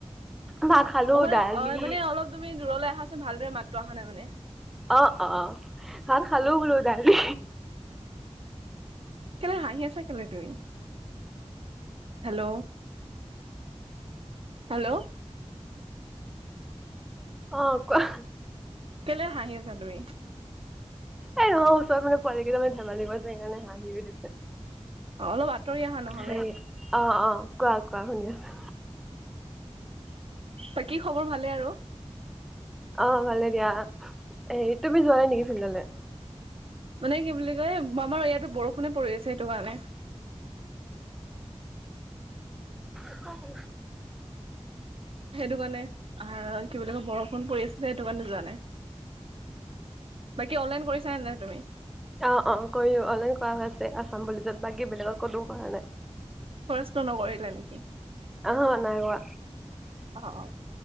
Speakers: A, in the centre; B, on the right.
A: ভাত খালো
B: অ মানে
A: দালি
B: অ মানে অলপ তুমি দূৰলে আহাচোন। ভালদৰে মাতটো অহা নাই মানে।
A: অ', অ', ভাত খালো বোলো দালি।
B: কেলে হাঁহি আছা কেলে তুমি? Hello!, hello!
A: অ', কোৱা।
B: কেলে হাঁহি আছা তুমি?
A: এই নহয় ওচৰত মানে পোৱালি কেইটামানে ধেমালি কৰি আছে সেইকাৰণে হাঁহি উঠিছে।
B: অ' অলপ আঁতৰি অহা নহ'লে।
A: সেই অ', অ', কোৱা কোৱা শুনি আছো।
B: বাকী খবৰ ভালে আৰু?
A: অ' ভালে দিয়া, হেৰি তুমি যোৱাই নেকি ফিল্ডলে?
B: মানে কি বুলি কয় আমাৰ ইয়াতো বৰষুণে পৰি আছে সেইটো কাৰণে।
A: <unintelligible>
B: সেইটো কাৰণে আ কি বুলি কয় বৰষুণ পৰি আছে সেইটো কাৰণে যোৱা নাই। কি অনলাইন কৰিছানে নাই তুমি?
A: অ' অ' কৰিলোঁ অনলাই কৰা হৈ আছে আছাম পুলিচত, বাকী বেলেগত ক'তোও কৰা নাই।
B: ফৰেষ্টৰ নকৰিলা নেকি?
A: আহা নাই কৰা।
B: অ অ